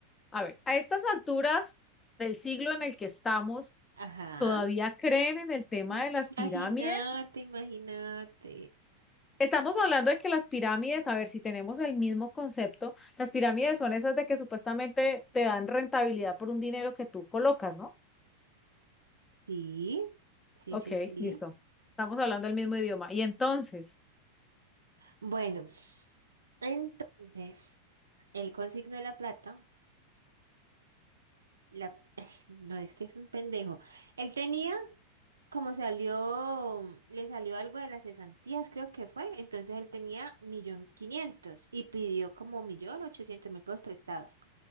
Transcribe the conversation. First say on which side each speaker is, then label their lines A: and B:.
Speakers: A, on the left; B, on the right.
A: A ver, a estas alturas del siglo en el que estamos,
B: Ajá.
A: ¿todavía creen en el tema
B: Mm,
A: de las
B: Imagínate,
A: pirámides?
B: imagínate.
A: Estamos hablando de que las pirámides, a ver si tenemos el mismo concepto, las pirámides son esas de que supuestamente te dan rentabilidad por un dinero que tú colocas, ¿no?
B: Sí, sí,
A: Ok,
B: sí, sí.
A: listo. Estamos hablando el mismo idioma. Y entonces,
B: Bueno, entonces, él consignó la plata. La... <laughs> No es que es un pendejo. Él tenía, como salió, le salió algo de las cesantías, creo que fue. Entonces él tenía millón quinientos y pidió como millón ochocientos mil pesos prestados